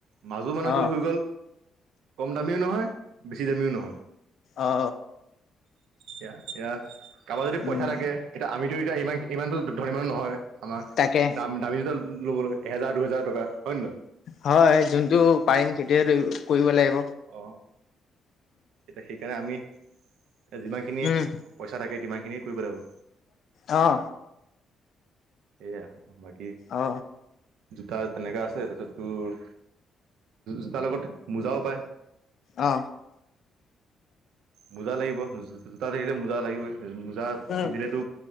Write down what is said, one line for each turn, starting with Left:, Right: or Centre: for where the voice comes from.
Right: মাজো মানে
Left: অ',
Right: তোৰ হৈ গ'ল। কম দামীও নহয় বেছি দামীও নহয়।
Left: অঁ।
Right: এয়া এয়া কাৰোবাৰ যদি
Left: উম,
Right: পইচা থাকে এতিয়া আমিতো এতিয়া ইমান ইমানতো ধনি মানুহ নহয়। আমাৰ
Left: তাকে।
Right: দাম- দামী জোতা ল'ব লাগিব এহেজাৰ দুহেজাৰ টকা। হয় নে নহয়
Left: হয় যোনটো পাৰিম খেতিয় কৰিব লাগিব
Right: অ। এয়া সেইকাৰণে আমি যিমানখিনি
Left: উম
Right: পইচা থাকে তিমানখিনিয়ে কৰিব লাগিব।
Left: অ'
Right: সেইয়া বাকী।
Left: অ
Right: তাৰ তেনেককা আছে তাতে তোৰ জোতাৰ লগত মোজাও পায়।
Left: অ।
Right: মোজা লাগিব জোতা থাকিলে মোজা লাগিবই মোজা
Left: উম
Right: পিন্ধিলেতো।